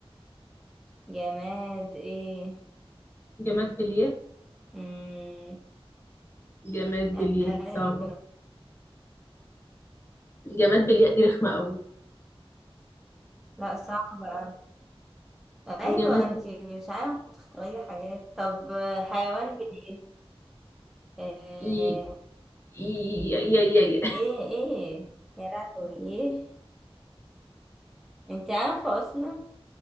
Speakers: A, in the centre; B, on the left (about 25°).
A: جماد ايه
B: جماد بالياء
A: امم
B: جماد بالياء
A: ايوه
B: صعبة جماد بالياء دي رخمة اوي
A: لا صعب أوي. ايوه
B: جماد
A: انت
B: بال-
A: مش عارفه تختاري حاجات طب حيوان بليه آه،
B: ي... ي... ي... ي... ي...
A: ايه ايه يا لهوي ايه انت عارفه اصلا